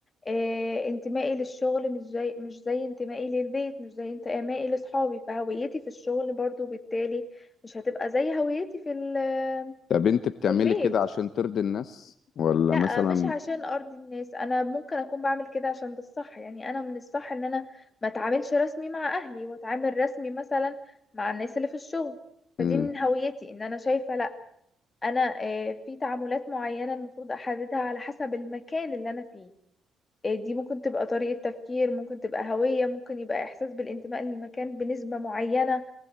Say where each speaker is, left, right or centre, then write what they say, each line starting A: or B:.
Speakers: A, on the left; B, on the left.
A: آه، انتمائي للشغل مش زي مش زي انتمائي للبيت مش زي انتمائي لأصحابي فهويتي في الشغل برضو بالتالي مش هتبقى زي هويتي في ال-
B: طب انت بتعملي
A: في البيت
B: كده عشان ترضي الناس ولا
A: لا
B: مثلا
A: مش عشان ارضي الناس انا ممكن اكون بعمل كده عشان ده الصح يعني انا من الصح ان انا ما اتعاملش رسمي مع اهلي واتعامل رسمي مثلا مع الناس اللي في الشغل فدي
B: مم.
A: من هويتي ان انا شايفة لا انا آه، في تعاملات معينة المفروض احددها على حسب المكان اللي انا فيه آه، دي ممكن تبقى طريقة تفكير ممكن تبقى هوية ممكن يبقى احساس بالانتماء للمكان بنسبة معينة